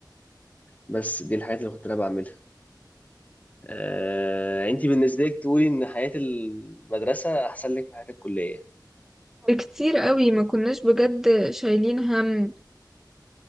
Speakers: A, on the left; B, in the centre.
A: بس دي الحاجات اللي كنت أنا بعملها آه، أنت بالنسبة لك تقولي إن حياة المدرسة أحسن لك من حياة الكلية
B: بكتير قوي ما كناش بجد شايلين هم